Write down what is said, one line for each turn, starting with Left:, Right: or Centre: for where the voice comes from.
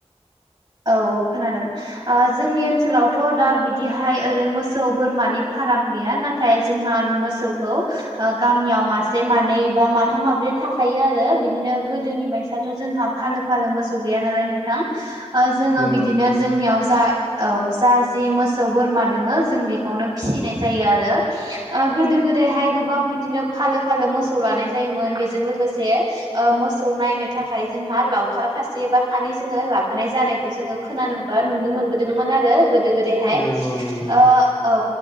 Right: औ औ खोनादों जोंनि ओनसोलावथ' दा बिदिहाय ओरै मोसौ बोरमानि फाराम गैया नाथाय जोंहा मोसौखौ गामियाव मासे मानै बा माथाम माब्रै थाखायो आरो बिदिनो गोदोनि बायसाथ' जोंहा फालो फालो मोसौ गैया नालाय नोंथां जोङो
Left: नंगौ
Right: बिदिनो
Left: नंगौ
Right: जोंनियाव जा औ जा जि मोसौ बोरमा दोङो जों बेखौनो फिसिनाय जायो आरो गोदो गोदाय हाय गोबां बिदिनो फालो फालो मोसौ लानाय जायोमोन बेजों लोगोसे मोसौ नायनो थाखाय जोंहा लावखार सासे बा सानै जोङो लाब फानाय जानायखौ जोङो खोनोबा नुनो मोनबोदोंमोन आरो गोदो गोदायहाय
Left: नंगौ नंगौ
Right: औ